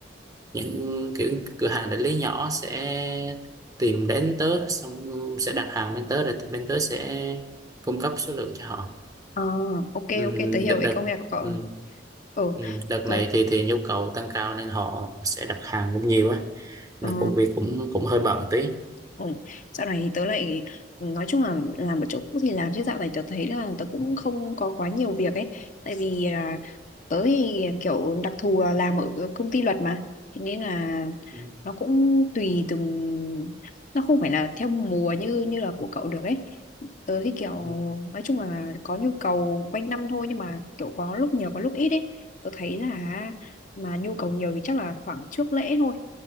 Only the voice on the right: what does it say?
những kiểu cửa hàng đại lý nhỏ sẽ tìm đến tớ xong sẽ đặt hàng bên tớ rồi thì bên tớ sẽ cung cấp số lượng cho họ
Ừm,
đợt
đợt
ừm,
ừm, đợt
này thì thì nhu cầu tăng cao nên họ sẽ đặt hàng cũng nhiều á là
công việc cũng cũng hơi bận tí
Ừm,
ừm,